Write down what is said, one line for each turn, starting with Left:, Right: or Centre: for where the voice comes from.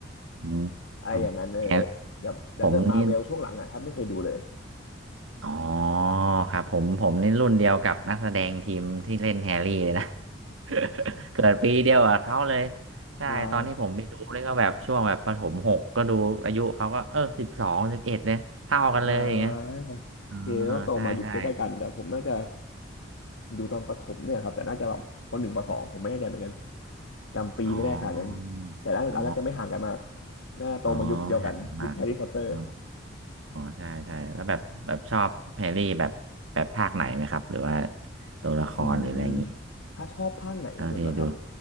Right: อืมอืมแอน
Left: อะไรอย่างนั้นเออแบบแต่ถ้าเกิดมาเวลช่วงหลังอะแทบไม่เคยดูเลย
Right: ผมนี่อ๋อครับผมผมนี่รุ่นเดียวกับนักแสดงทีมที่เล่นแฮร์รี่เลยนะ <laughs> เกิดปีเดียวกับเขาเลยใช่ตอนที่ผมไปดูนี่ก็แบบช่วงแบบประถมหกก็ดูอายุเขาก็เออสิบสองสิบเอ็ดเนี่ยเท่ากันเลยอย่างเงี้ย
Left: อ่าอ่า
Right: อ๋อ
Left: โอเคก็โตมาอยู่ใกล้ๆกันแต่ผมน่าจะ
Right: ใช่ใช่
Left: ดูตอนประถมเนี่ยครับแต่น่าจะแบบปหนึ่งปสองผมไม่แน่ใจเหมือนกันจำปีไม่ได้ขนาดนั้น
Right: อ๋อ
Left: แต่น่าอันน่าจะไม่ห่างกันมาก
Right: อ๋อ
Left: น่าโตมายุคเดียวกันยุคแฮร์รี่พอตเตอร์
Right: อ๋อหางมันหมากอ๋อใช่ใช่แล้วแบบแบบชอบแฮร์รี่แบบแบบภาคไหนไหมครับหรือว่าตัวละครหรืออะไรอย่างงี้
Left: อืมถ้าชอบภาคไหนสุดเหรอครับ
Right: เท่าที่ดู